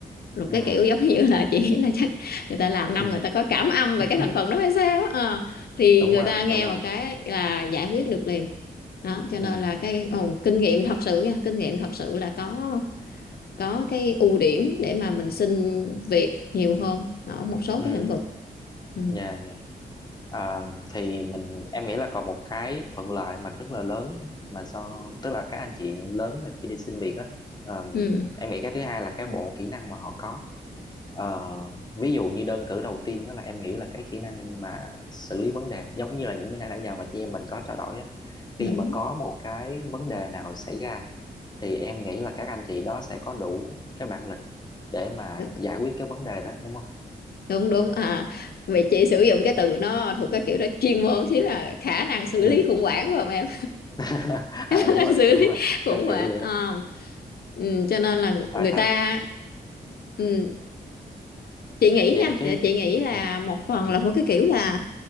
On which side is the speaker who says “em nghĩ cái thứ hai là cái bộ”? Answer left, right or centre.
Left